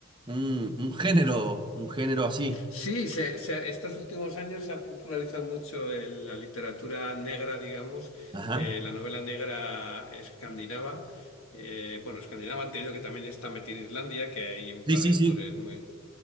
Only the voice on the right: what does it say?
un, un género, un género así.
Ajá.
Sí,
sí,
sí.